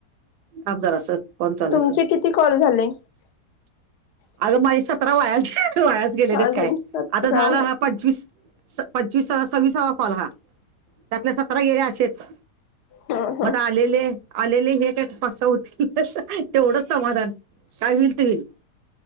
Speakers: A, on the right; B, on the left.
A: आमदार अस पणचालेय
B: तुमचे किती कॉल झाले
A: अगं माझी सतरा वायास वायास गेलेलेत
B: अजून
A: काय
B: सतरा
A: आता झाला
B: होय
A: हा पंचवीस पंचवीस सव्वीसावा कॉल हा ते आपल्या सतरा गेले असेच
B: हा
A: मटलेले आलेले हे काही फसा होतील तेवढंच समाधान काय होईल ते होईल